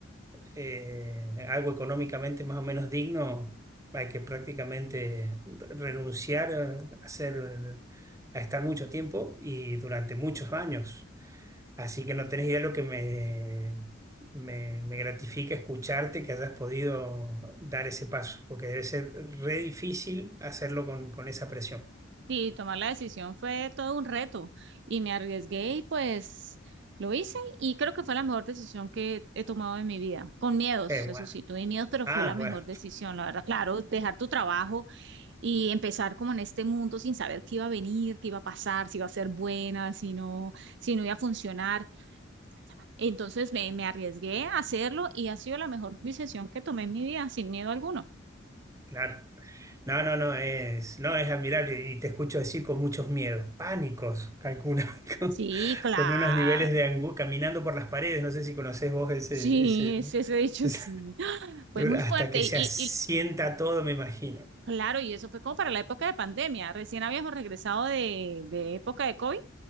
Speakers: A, on the right; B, on the right.
A: eh, algo económicamente más o menos digno, hay que prácticamente renunciar a, hacer, a estar mucho tiempo y durante muchos años. Así que no tenés idea lo que me, me, me gratifica escucharte que hayas podido dar ese paso, porque debe ser re difícil hacerlo con, con esa presión.
B: sí. tomar la decisión fue todo un reto y me arriesgué y pues lo hice y creo que fue la mejor decisión que he tomado en mi vida, con miedos,
A: Qué bueno.
B: eso sí, tuve miedos, pero
A: Ah,
B: fue la mejor
A: bueno,
B: decisión, la verdad. Claro, dejar tu trabajo y empezar como en este mundo sin saber qué iba a venir, qué iba a pasar, si iba a ser buena, si no, si no iba a funcionar. Entonces me, me arriesgué a hacerlo y ha sido la mejor decisión que tomé en mi vida, sin miedo alguno.
A: claro. No, no, no, es, no, es admirable y te escucho decir con muchos miedos, pánicos, calculo, <laughs> con,
B: Sí, claro.
A: con unos niveles de angustia, caminando por las paredes, no sé si conocés vos ese,
B: Sí,
A: ese,
B: ese, ese
A: <laughs>
B: dicho
A: ese-
B: sí. <gasps> Fue muy
A: hasta
B: fuerte
A: que
B: y,
A: se
B: y-
A: asienta
B: y
A: todo, me imagino.
B: claro, y eso fue como para la época de pandemia. Recién habíamos regresado de, de época de COVID,